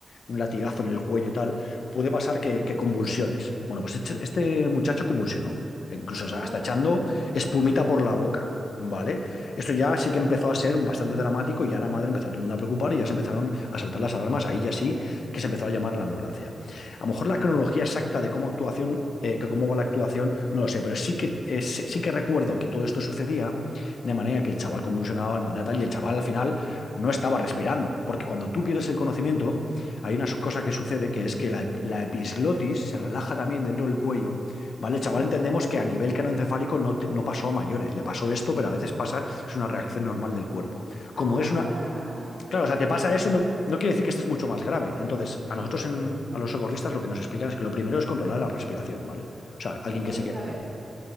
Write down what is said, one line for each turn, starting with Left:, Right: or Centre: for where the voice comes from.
Left: un latigazo en el cuello y tal, puede pasar que, que convulsiones. Bueno, pues este, este muchacho convulsionó, incluso
Centre: Oh,
Left: hasta echando espumita por la boca, ¿vale?
Centre: por la boca.
Left: Esto ya sí que empezó a ser bastante dramático y ya la madre empezó a todo el mundo a preocupar y ya se empezaron a saltar las alarmas. Ahí ya sí que se empezó a llamar a la ambulancia. A lo mejor la cronología exacta de cómo actuación, eh, que cómo va la actuación, no lo sé, pero sí que, eh, sí sí que recuerdo que todo esto sucedía de manera que el chaval convulsionaba de manera tal y el chaval al final no estaba respirando. Porque cuando tú pierdes el conocimiento, hay una su- cosa que sucede
Centre: Mm,
Left: que es que la, la episglotis se relaja también dentro del cuello ¿Vale? El chaval
Centre: ya.
Left: entendemos que a nivel canoencefálico no, te- no pasó a mayores. Le pasó esto, pero a veces pasa, es una reacción normal del cuerpo. Como
Centre: Ah,
Left: es una.
Centre: ok,
Left: Claro, o sea,
Centre: ok,
Left: te pasa
Centre: ok. A
Left: eso,
Centre: ver.
Left: no, no quiere decir que esto es mucho más grave. Entonces, a nosotros, en- a los socorristas, lo que nos explican es que lo primero es controlar la respiración, ¿vale? O sea, alguien
Centre: Entonces,
Left: que se quede.
Centre: a ver.